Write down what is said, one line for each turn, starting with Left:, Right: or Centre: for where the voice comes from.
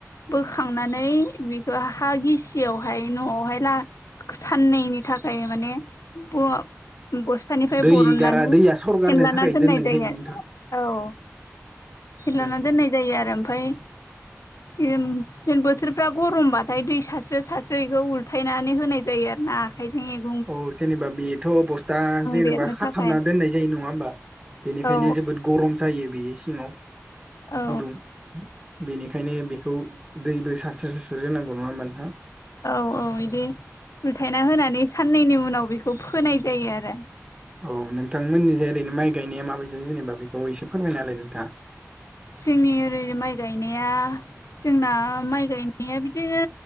Left: बोखांनानै बेखौ हा गिसिआवहाय न'आवहाय ला साननैनि थाखाय मानि ब ब'स्थानिफ्राय
Right: दै
Left: बरननानै
Right: गारा दैया सरगारनो
Left: फेनलाना
Right: थाखाय
Left: दोननाय जायो
Right: नोंथां
Left: औ फेनलाना
Right: बेबादि
Left: दोननाय जायो आरो आमफ्राय इम जेन बोथोरफ्रा गरमबाथाय दै सारस्रो सारस्रो इखौ उल्थायनानै होनाय जायो आरो ना आखाय <unintelligible>
Right: औ जेनेबा बेथ' बस्था जेनेबा
Left: बेरनो
Right: खाथाबना
Left: थाखाय
Right: दोननाय जायो नङा होमबा? बेनिखायनो
Left: औ
Right: जोबोद गरम जायो बेयो सिङाव
Left: औ
Right: गुदुं। बेनिखायनो बेखौ दैबो सारस्रो सारस्रो होनांगौ नङा होमबा नोंथां?
Left: औ औ इदि उलथायना होनानै साननैनि उनाव बेखौ फोनाय जायो आरो।
Right: औ नोंथांमोननिजाय ओरैनो माइ गायनाया माबायदि जेनेबा बेखौ एसे फोरमायना होलाय नोंथाङा।
Left: जोंनि ओरै माइ गायनाया जोंना माइ गायनाया बिदिनो